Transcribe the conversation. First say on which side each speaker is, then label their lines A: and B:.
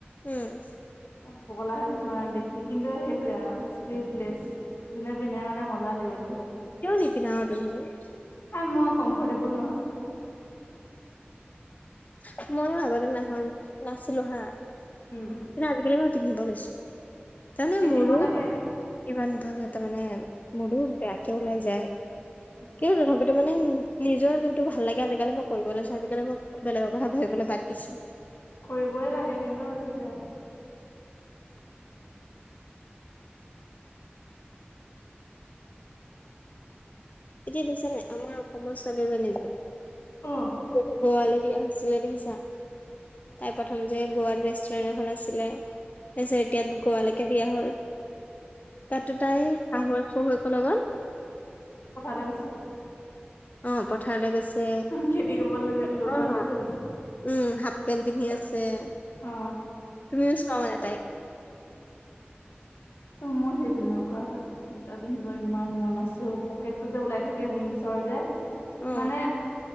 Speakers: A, on the left; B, on the left.
A: উম! <unintelligible>
B: অ', পগলা হৈ <inaudible> দেখি কিন্তু সেইটোয়ে আৰু শ্লিভলেছ যোনে পিন্ধে মানে, মজা লাগিব দেখিবলৈ।
A: কিয় নিপিন্ধা বাৰো তুমি?
B: এ মই কমর্ফটেবল নহয়!
A: উ ময়ো আগতে নহয়, নাছিলোঁ হা।
B: উম।
A: কিন্তু আজিকালি মই পিন্ধিব লৈছোঁ! তাৰমানে
B: পিন্ধিব
A: মোৰো।
B: লাগে
A: <unintelligible> ইমান <inaudible> তাৰ মানে মোৰো, বেয়াকে ওলাই যায়!
B: উম
A: কিয় তথাপিতো মানে নিজৰ যোনটো ভাল লাগে, আজিকালি মই কৰিব লৈছোঁ! আজিকালি মই বেলেগৰ কথা ভাবিবলৈ বাদ দিছোঁ!
B: কৰিবই লাগে। কিন্তু সেইটোয়ে আৰু
A: এতিয়া দেখিছা নে নাই, আমাৰ অসমৰ ছোৱালী এজনী
B: অ
A: যে গোৱালৈ বিয়া হৈছিলে, দেখিছে। তাইৰ প্ৰথম যে গোৱাত ৰেষ্টুৰেন্ট এখন আছিলে। তাৰপিছত এতিয়া গোৱালৈকে বিয়া হ'ল! তাতো তাই শাহুৱেক শহুৱেকৰ লগত
B: পথাৰলে গৈছে!
A: অ' পথাৰলৈ গৈছে!
B: খেতি কৰিব লগা লগোৱা
A: অ' উম
B: নাছিলো জানো
A: হাফ পেণ্ট পিন্ধি আছে! যে,
B: অ।
A: তুমিও চোৱা মানে তাইক?
B: ত মই সেই তেনেকুৱা! এটা পিন্ধিব ইমান মন আছে, ঔ পকেটটো যে ওলাই থাকে, জীনচৰ যে
A: অ
B: মানে